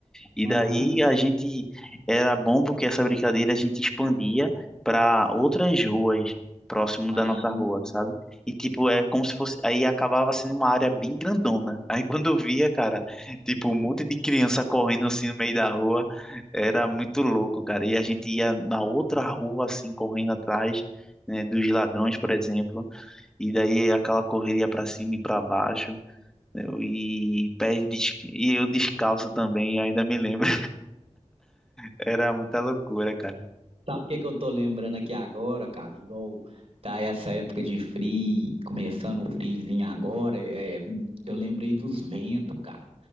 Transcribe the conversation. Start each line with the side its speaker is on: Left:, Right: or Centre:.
Centre: E
Right: aham.
Centre: daí a gente era bom porque essa brincadeira a gente expandia para outras ruas próximo
Right: Ah,
Centre: da nossa rua, sabe? E tipo, é como se fosse, aí acabava sendo uma área bem grandona. <laughs> Aí quando eu via, cara, tipo, um monte de criança correndo assim no meio da rua, era muito louco, cara. E a gente ia na outra rua assim correndo atrás, né, dos ladrões, por exemplo. E daí aquela correria para cima e para baixo. Eu- E pés de, des- e eu descalço também, ainda me lembro. Era muita loucura, cara.
Right: Sabe o que que eu tô lembrando aqui agora, cara? Igual tá essa época de frio, começando o friozinho agora, é, eu lembrei dos ventos, cara.